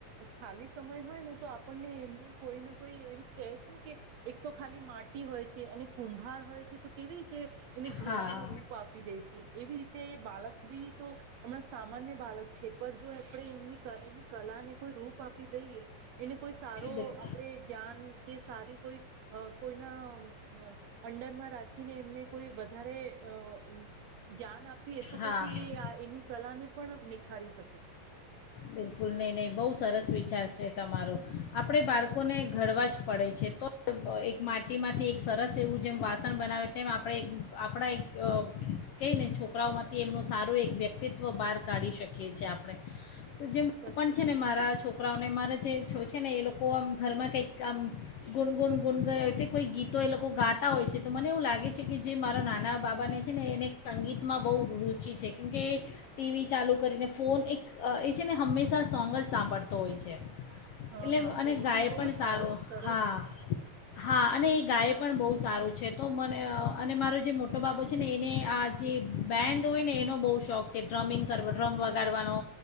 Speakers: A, on the right; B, on the left.
A: ખાલી સમય હોય ને તો આપણને એમને કોઈ ને કોઈ એમ કહે છે ને કે, એક તો ખાલી મા ટી હોય છે અને કુંભાર હોય છે તો કેવી રીતે એને ઘડાનો
B: હા
A: રૂપ આપી દે છે, એવી રી બાલક બી તો હમણાં સામાન્ય બાલક છે, પણ જો આપણે એમની ક એની કલાને કોઈ રૂપ આપી દઈએ એને કોઈ સારો
B: બિલ-
A: આપણે, જ્ઞાન કે સારી કોઈ, કોઈના અંડરમાં રાખીને એમને કોઈ વધારે, અ જ્ઞાન આપ આપીએ તો
B: હા
A: પછી
B: હા
A: એ એની કલાને પણ નિખારી શકે છે.
B: બિલકુલ નહીં. નહીં, બહુ સરસ વિચાર છે. તમારો. આપણે બાળકોને ઘડવા જ પડે છે. તો એક માટીમાંથી એક સરસ એવું જેમ વાસણ બનાવે તેમ આપણે આપણા એક કહી ને છોકરાઓમાંથી એમનું સારું એક વ્યક્તિત્વ બહાર કાઢી શકીએ છે, આપણે. તો જેમ,
A: સાચું
B: પણ છે
A: કહો
B: ને મારા
A: છો.
B: છોકરાઓને મારા જે છો છે ને એ લોકો આમ ઘરમાં કંઈક આમ ગુણગુન ગુન કરે, તે કોઈ ગીતો એ લોકો ગાતા હોય છે. તો મને એવું લાગે છે કે, જે મારા નાના બાબાને છે ને એને સંગીતમાં બહુ રુચિ છે, કેમકે ટી વી ચાલુ કરીને ફોન એક એ છે ને હંમેશા સોંગ જ સાંભળતો હોય છે.
A: હા
B: એટલે,
A: હા
B: અને
A: તો એ
B: ગાય
A: બી બહુ
B: પણ
A: સરસ
B: સારો.
A: સરસ
B: હા,
A: છે
B: હા. અને એ ગાય પણ બહુ સારું છે. છે તો મને, અને મારો જે મોટો બાબો છે ને, એને આ જે બેન્ડ હોય ને એનો બહુ શોખ છે. ડ્રમિંગ કર ડ્રમ વગાડવાનો